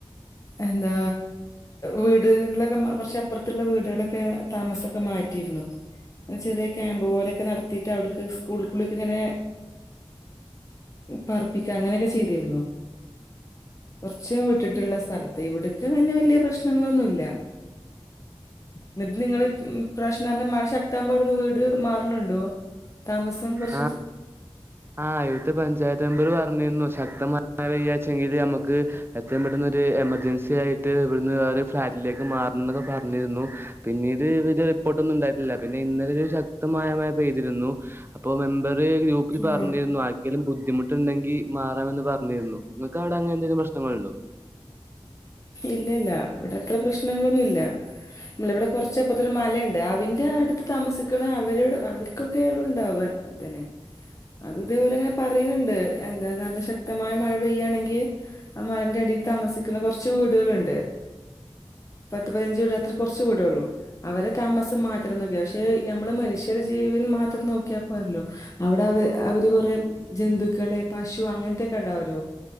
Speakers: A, on the left (about 35°); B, on the right (about 25°).
A: എന്താ വീട് ക്ള കൊർച്ചപ്പർത്തിള്ള വീടാളൊക്കെ താമസൊക്കെ മാറ്റീര്ന്നു ചെറ്യ ക്യാമ്പ് പോലെക്കെ നടത്തിട്ട് അവ്ടുക്ക് സ്കൂൾക്കുള്ളുക്കിങ്ങനെ പർപ്പിക്ക അങ്ങനെക്കെ ചെയ്തിര്ന്നു കൊൻച്ച് വിട്ടിട്ടിള്ള സ്ഥലത്ത് ഇവ്ടിക്ക് പിന്നെ വല്ല്യ പ്രശ്നങ്ങളൊന്നുല്ല ഇന്നിട്ട് നിങ്ങള് പ്രാശ്യം നല്ല മഴ ശക്താമ്പോ അവ്ടിന്ന് വീട് മാർണിണ്ടോ താമസം കൊർച്ച്
B: ആ ആഹ് ഇവ്ത്തെ പഞ്ചായത്ത് മെമ്പർ പർഞ്ഞിന്നു ശക്ത മയവപെയ്യാച്ചെങ്കില് നമ്മക്ക് ഏത്രേം പെട്ടെന്നൊര് എമർജൻസി ആയിട്ട് ഇവിട്ന്ന് ഒര് ഫ്ളാറ്റിലേക്ക് മാർണന്നൊക്കെ പർഞ്ഞിര്ന്നു പിന്നീട് ഇതില് റി റിപ്പോട്ടൊന്നുണ്ടായ്ട്ടില്ല പിന്നെ ഇന്നലെ ഒരു ശക്തമായ മയ പെയ്തിരുന്നു അപ്പൊ മെമ്പറ് ഗ്രൂ
A: ഉം
B: പർഞ്ഞിര്ന്നു ആർക്കേലും ബുദ്ധിമുട്ടിണ്ടെങ്കി മാറാമെന്ന് പറഞ്ഞിരുന്നു ഇങ്ങക്ക് അവ്ടെ അങ്ങ എന്തെങ്കിലും പ്രശ്നങ്ങള്ണ്ടോ
A: ഇല്ല ഇല്ല ഇവിടെ അത്ര പ്രശ്നങ്ങളൊന്നുല്ല മ്ളവ്ടെ കൊർച്ചപ്പർത്തൊര് മലെണ്ട് അവിന്റെ അടുത്ത് താമസിക്കിണ അവര് അവര്ക്കൊക്കെള്ളു ഉണ്ടാവാ തെന്നെ അത് ഇതേപോലെങ്ങനെ പറീണിണ്ട് എന്താ നല്ല ശക്തമായ മഴ പെയ്യാണെങ്കി ആ മലന്റെ അടീൽ താമസിക്കുന്ന കൊർച്ച് വീടാളിണ്ട് പത്ത് പൈനഞ്ച് വീട് അത്ര കൊർച്ച് വീടൊള്ളൂ അവരെ താമസം മാത്രം നോക്ക്യ ഷെ നംള് മനുഷ്യരെ ജീവിൻ മാത്രം നോക്ക്യാ പോര്ലോ അവിടെ അവ് അവര് കൊറേ ജന്തുക്കള് പശു അങ്ങൻത്തെക്കെണ്ടാവ്രൊ